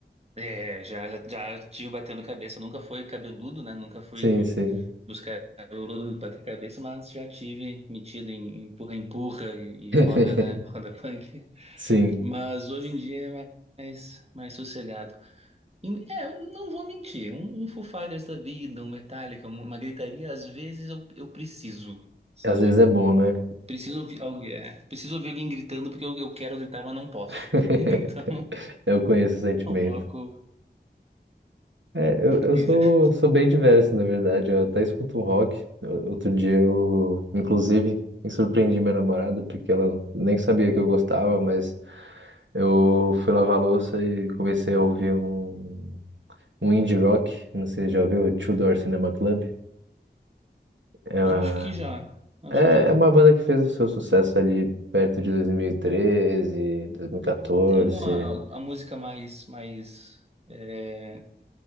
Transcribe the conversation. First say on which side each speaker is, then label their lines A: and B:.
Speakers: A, on the right; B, on the right.
A: é, já, já tive batendo cabeça. Nunca fui cabeludo, né? Nunca fui
B: Sim,
A: do,
B: sim.
A: dos cabeludos bater cabeça, mas já tive metido em empurra-empurra e,
B: <laughs>
A: e roda, né? Roda punk.
B: Sim.
A: Mas hoje em dia é mais, mais sossegado. E- É, eu não vou mentir. Um, um Foo Fighters da vida, um Metallica, uma, uma gritaria, às vezes eu, eu preciso, sabe?
B: Às vezes é bom, né?
A: Eu Preciso ouvir alguém, é, preciso ouvir alguém gritando porque eu, eu quero gritar, mas não posso.
B: <laughs>
A: <laughs> Então,
B: Eu conheço o sentimento.
A: coloco.
B: É, eu, eu
A: Weezer.
B: sou, sou bem diverso, na verdade. Eu até escuto um rock. O- Outro dia eu, inclusive, me surpreendi minha namorada, porque ela nem sabia que eu gostava, mas eu fui lavar a louça e comecei a ouvir um, um indie rock. Não sei se já ouviu, Two Door Cinema Club. É, uma-
A: Acho que já. Acho
B: é,
A: que já.
B: é uma banda que fez o seu sucesso ali perto de dois dois mil mil e treze dois mil e 2014.
A: Tem alguma a, a música mais, mais, é,